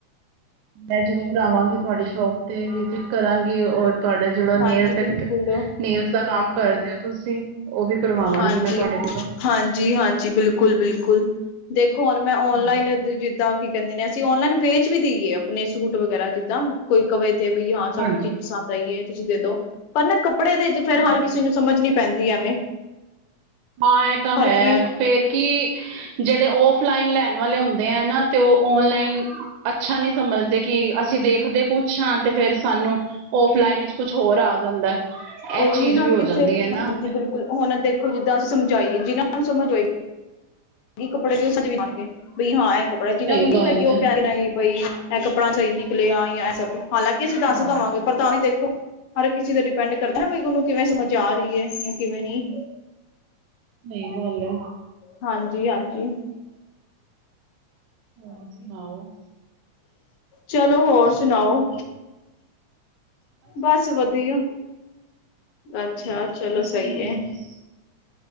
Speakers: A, on the right; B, on the left.
A: ਮੈਂ ਜ਼ਰੂਰ ਆਵਾਂਗੀ ਤੁਹਾਡੀ ਸ਼ੋਪ ਤੇ ਵਿਜਿਟ ਕਰਾਂਗੀ ਹੋਰ ਤੁਆਡਾ ਜੇੜਾ ਨੇਲ,
B: ਹਾਂਜੀ ਬਿਲਕੁਲ
A: ਨੇਲਸ ਦਾ ਕੰਮ ਕਰਦੇ ਓ ਤੁਸੀਂ, ਉਹ ਵੀ ਕਰਵਾਵਾਂਗੀ
B: ਹਾਂਜੀ,
A: ਮੈਂ ਤੁਹਾਡੇ ਕੋਲੋਂ
B: ਹਾਂਜੀ-ਹਾਂਜੀ, ਬਿਲਕੁਲ-ਬਿਲਕੁਲ। ਦੇਖੋ ਹੁਣ ਮੈਂ ਔਨਲਾਈਨ
A: ਹਾਂਜੀ
B: ਜਿੱਦਾਂ ਕਿ ਕਹਿੰਦੇ ਨੇ ਅਸੀਂ ਓਨਲਾਈਨ ਵੇਚ ਵੀ ਦੇਈਏ ਅਪਣੇ ਸੂਟ ਵਗੈਰਾ ਜਿੱਦਾਂ, ਕੋਈ ਕਵੇ ਤੇ ਬਈ ਹਾਂ ਸਾਨੂੰ
A: ਹਾਂਜੀ,
B: ਇਹ ਚੀਜ਼ ਪਸੰਦ ਸਈ ਏ ਤੁਸੀਂ ਦੇ ਦੋ, ਪਰ ਨਾ ਕੱਪੜੇ ਦੇ ਵਿੱਚ ਫੇਰ
A: ਹੂੰ।
B: ਹਰ ਕਿਸੇ ਨੂੰ ਸਮਝ ਨੀ ਪੈਂਦੀ, ਐਵੇਂ
A: ਹਾਂ ਐ ਤਾਂ ਹੈ,
B: ਹਰ ਕੀ
A: ਫੇਰ ਕੀ ਜੇੜੇ ਔਫਲਾਈਨ ਲੈਣ ਵਾਲੇ ਹੁੰਦੇ ਐ ਨਾ ਤੇ ਉਹ ਔਨਲਾਈਨ ਅੱਛਾ ਨੀ ਸਮਝਦੇ, ਕਿ ਅਸੀਂ ਦੇਖਦੇ ਕੁਛ ਹਾਂ, ਤੇ ਫੇਰ ਸਾਨੂੰ ਔਫਲਾਈਨ ਇਚ, ਕੁਛ ਹੋਰ ਆ ਜਾਂਦਾ। ਹੈ।
B: ਉਹੀ
A: ਇਹ ਚੀਜ਼
B: ਨਾ
A: ਵੀ ਹੋ
B: ਕਿੱਥੇ?
A: ਜਾਂਦੀ
B: ਹਾਂਜੀ,
A: ਹੈ ਨਾ
B: ਬਿਲਕੁਲ। ਹੁਣ ਦੇਖੋ ਜਿੱਦਾਂ ਅਸੀਂ ਸਮਝਾਈਏ, ਜਿਹਨਾਂ ਨੂੰ ਸਮਝ ਹੋਈ, ਕੱਪੜੇ ਦੀ ਉਹ ਸਮਜ ਵੀ ਜਾਣਗੇ। ਬਈ ਹਾਂ ਇਹ ਕੱਪੜਾ,
A: ਸਹੀ
B: ਜਿਹਨਾ ਨੂੰ ਨੀ
A: ਗੱਲ
B: ਹੈਗੀ, ਉਹ
A: ਹੈ।
B: ਕਹਿੰਦੇ ਬਈ ਇਹ ਕੱਪੜਾ ਸਹੀ ਨਿਕਲਿਆ ਯਾ ਇਹ ਸਬ, ਹਾਲਾਂਕਿ ਅਸੀਂ ਦੱਸ
A: ਹਾਂ
B: ਦਵਾਂਗੇ, ਪਰ ਤਾਂ ਵੀ ਦੇਖੋ ਹਰ ਕਿਸੇ ਦੇ ਡਿਪੈਂਡ ਕਰਦਾ, ਬਈ ਉਹਨੂੰ ਕਿਵੇਂ ਸਮਝ ਆ ਰਈ ਏ, ਯਾ ਕਿਵੇਂ ਨਈ?
A: ਸਈ ਗੱਲ ਐ।
B: ਹਾਂਜੀ-ਹਾਂਜੀ।
A: ਹੋਰ ਸੁਣਾਓ?
B: ਚਲੋ ਹੋਰ ਸੁਣਾਓ? ਬਸ ਵਦੀਆ, ਅੱਛਾ, ਚਲੋ
A: ਅਸੀਂ
B: ਸਈ
A: ਵੀ ਹੁਣ
B: ਏ।
A: ਬਸ